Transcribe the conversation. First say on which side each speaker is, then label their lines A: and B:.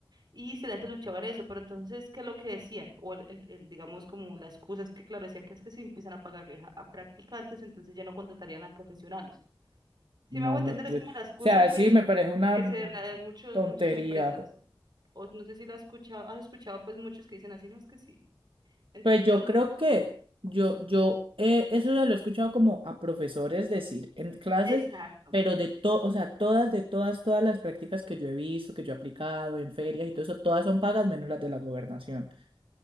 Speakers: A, on the right; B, on the right.
A: Y excelente luchaban eso, pero entonces, ¿qué es lo que decían? O el, el- el, digamos como la excusa es que, claro, decían que es que si empiezan a pagarle a, a practicantes, entonces ya no contratarían a profesionales.
B: No,
A: Si me hago entender,
B: no, te-
A: es como
B: o
A: la excusa
B: sea,
A: que,
B: sí, me parece una
A: que se da muchos,
B: tontería.
A: muchas empresas. O no sé si la has escuchado, has escuchado pues muchos que dicen así, no es que sí. Entonces,
B: Pues yo creo que yo, yo, eh, eso se lo he escuchado como a profesores decir en clases,
A: exacto.
B: pero de todo, o sea, todas, de todas, todas las prácticas que yo he visto, que yo he aplicado en ferias y todo eso, todas son pagas menos las de la gobernación.